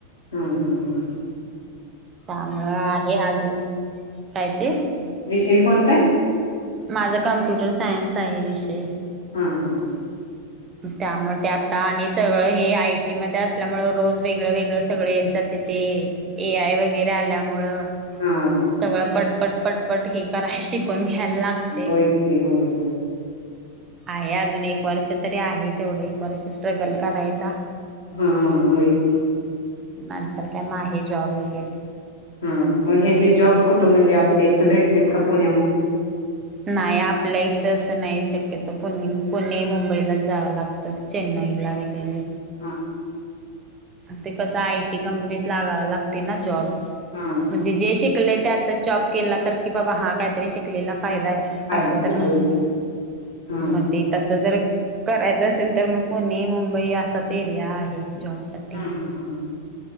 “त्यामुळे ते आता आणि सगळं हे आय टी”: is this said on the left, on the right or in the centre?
Right